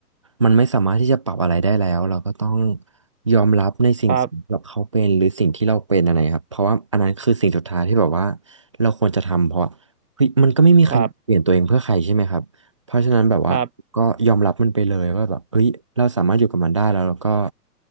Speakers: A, on the right; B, on the right.
A: มันไม่สามารถที่จะปรับอะไรได้แล้วเราก็ต้องยอมรับในสิ่งที่แบบเขาเป็นหรือสิ่งที่เราเป็นอะไรครับเพราะว่าอันนั้นคือสิ่งสุดท้ายที่แบบว่า
B: ครับ
A: เราควรจะทำเพราะเฮ้ยมันก็ไม่มีใครเปลี่ยนตัวเองเพื่อใครใช่ไหมครับเพราะฉะนั้นแบบว่าก็ยอมรับมันไปเลยว่าแบบเฮ้ยเราสามารถอยู่กับมันได้แล้วแล้วก็
B: ครับครับ